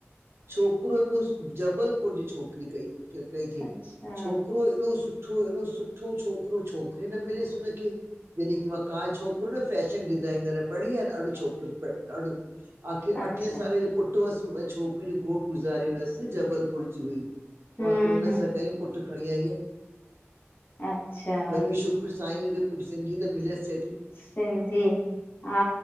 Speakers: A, on the right; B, on the left.
A: छोकिरो ॾिस जबलपुर जी छोकरी कई कई थइ।
B: अच्छा
A: छोकरो एॾो सुठ सुठो, एॾो सुठो छोकरो, छोकरी न मिलयस हुनखे। जॾिकी मां का छोकरो न फैशन डिजाइनर आ। बढ़िया ॾाढो छोकरो ब ॾाढो आखिर
B: अच्छा
A: अठें साले जो पुट हुअस। छोकरीअ जो घोट गुज़ारे वयुस, जबलपुर जी हुई। पो
B: हम्म
A: आखिर उनसां
B: हम्म
A: कइं। पुट खणी आई आहे।
B: अच्छा
A: वरी बि शु खुरसायूं जेक सिंधी त मिलयसि
B: सिंधी, आ